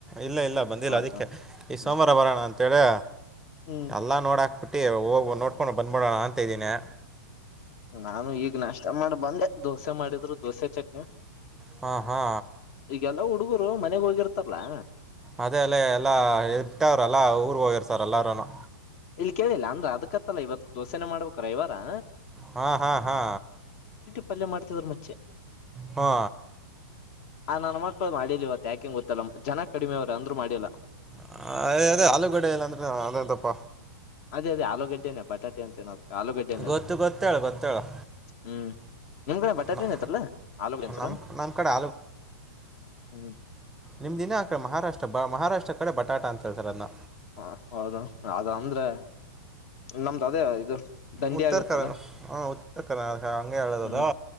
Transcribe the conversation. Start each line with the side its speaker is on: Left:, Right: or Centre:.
Centre: ಇಲ್ಲ ಇಲ್ಲ ಬಂದಿಲ್ಲ
Left: ಹೌದು
Centre: ಅದಕ್ಕೆ ಈ
Left: ಹ್ಮ್
Centre: ಸೋಮವಾರ ಬರೋಣ ಅಂತೇಳಿ
Left: ಹ್ಮ್
Centre: ಎಲ್ಲಾ ನೋಡಾಕ್ಬಿಟ್ಟು ಟ್ಟ ಹೋಗ ನೋಡ್ಕೊಂಡು ಬಂದ್ಬೋಡೋಣ ಅಂತ ಇದ್ದೀನಿ
Left: ನಾನು ಈಗ್ ನಷ್ಟ ಮಾಡ ಬಂದೆ ದೋಸೆ ಮಾಡಿದ್ರು ದೋಸೆ ಚಟ್ನಿ
Centre: ಹ್ಮ ಹಾ
Left: ಈಗೆಲ್ಲಾ ಹುಡುಗರು ಮನೆಗ್ ಹೋಗಿರ್ತಾರಲ್ಲಾ
Centre: ಅದೇ ಅಲ್ಲೇ ಎಲ್ಲಾ ಇ ಬಿಟ್ಟವ್ರ ಎಲ್ಲಾ ಊರ್ ಹೋಗಿರ್ತಾರ ಎಲ್ಲಾರನು
Left: ಇಲ್ ಕೇಳಿಲ್ಲ ಅಂದ ಅದಕತ್ತಲ್ಲ ಇವತ್ತು ದೋಸೆನ ಮಾಡ್ಬೇಕ್ರ ಇವಾರಾ
Centre: ಹಾ ಹಾ ಹಾ
Left: ಪಲ್ಲೆ ಮಾಡ್ತವರು ಮಚ್ಚೆ
Centre: ಹಾ
Left: ಆ ನನ್ ಮಕ್ಳ ಮಾಡಿಲ್ಲವ ತ್ಯಕಿಂಗ್ ಗೊತ್ತಲ್ಲ ಜನ ಕಡಿಮೆ ಅವ್ರ ಅಂದ್ರು ಮಾಡಿಲ್ಲ
Centre: ಹ ಅದೇ ಅದೇ ಆಲೂಗಡೆ ಇಲ್ಲಾಂದ್ರೆ ಅದ ತಪ್ಪ
Left: ಅದೇ ಅದೇ ಆಲೂಗಡ್ಡೆನೇ ಪೋ ಟಾಟೆ ಅಂತ ಏನದ ಆಲೂಗಡ್ಡೆನ
Centre: ಗೊತ್ತು
Left: ಅದು
Centre: ಗೊತ್ತೇಳು ಗೊತ್ತೇಳು
Left: ಹ್ಮ್ ನಿಮ್ಡೆ ಬಟಾಟೆ
Centre: ನ
Left: ಏನತಾರಲ್ಲ ಆಲೂಗ ಎಂತಾರ
Centre: ನಮ್ಮ ನಮ್ಮ ಕಡೆ
Left: ಹ್ಮ್
Centre: ನಿಮ್ದ ದಿನ ಆ ಕಡೆ ಮಹಾರಾಷ್ಟ್ರ ಬ ಮಹಾರಾಷ್ಟ್ರ ಕಡೆ ಬಟಾಟ ಅಂತೇಳ್ಸರ್ ಅದನ್ನ
Left: ಹ ಹೌದು ಅದು ಅಂದ್ರೆ ನಮ್ದು ಅದೇ ಇದು ದಂಡಿ
Centre: ಉತ್ತರ
Left: ಆಗುತ್ತಲ್ಲ
Centre: ಕನ್ನ ಹ ಉತ್ತರ ಕನ್ನಡ ಹಂಗೆ ಹೇಳದದ
Left: ಹ್ಮ್